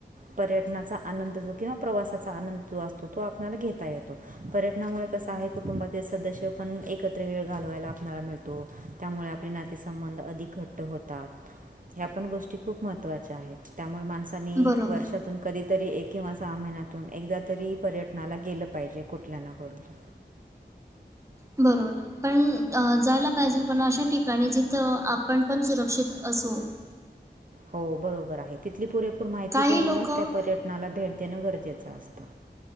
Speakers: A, on the right (about 50°); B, on the right (about 15°).
A: पर्यटनाचा आनंद जो किंवा प्रवासाचा आनंद जो असतो. तो आपला घेता येतो पर्टनामुळे कसा आहे कुटुंबातील सदस्य पण एकत्र वेळ घालवायला आपला मिळतो. त्यामुळे आपले नातेसंबंध अधिक घट्ट होतात. ह्या पण गोष्टी खूप महत्त्वाच्या आहेत त्यामुळे माणस. त्यां
B: बरोबर.
A: वर्षातून कधीतरी एक किंवा सहा महिन्यातून एकदा तरी. पर्यटनाला गेलं पाहिजे कुठल्या ना कोठ.
B: बरोबर. पण जायला पाहिजे पण अशा ठिकाणी जिथं आपण पण सुरक्षित असो.
A: हो बरोबर आहे तिथली पुरेपूर माहिती
B: काही
A: घेऊनच
B: लोकं
A: त्या पर्यटनाला भेट देणं गरजेचं असतं.